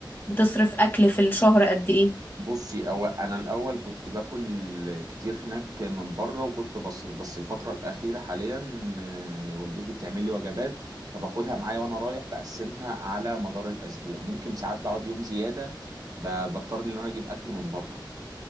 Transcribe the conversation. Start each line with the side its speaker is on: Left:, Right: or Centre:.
Left: بتصرف أكل في الشهر قد ايه
Right: بصي أو أنا الأول كنت باكل كتير هناك من بره وكنت بصرف بس الفترة الأخيرة حاليا آه، والدتي بتعمل لي وجبات فباخدها معايا وأنا رايح بقسمها على مدار الأسبوع ممكن ساعات بقعد يوم زيادة ب- بضطر إن أنا أجيب أكل من بره